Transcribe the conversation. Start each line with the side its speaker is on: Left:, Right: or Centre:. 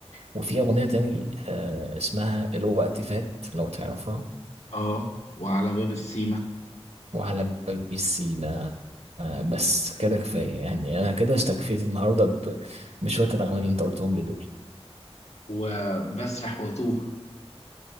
Right: وفي اغنيه تاني آه اسمها الوقت فات لو تعرفها
Left: اه وعلى باب السيما
Right: وعلى باب السيما آه بس كده كفايه يعني انا كده استكفيت النهارده ب- بشويه الاغاني اللي انت قلتهم لي دول
Left: وبسرح واتوه